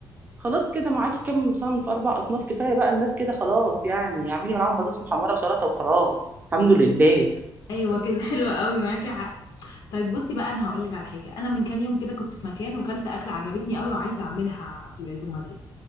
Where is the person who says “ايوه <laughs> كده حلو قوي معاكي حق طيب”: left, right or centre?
Left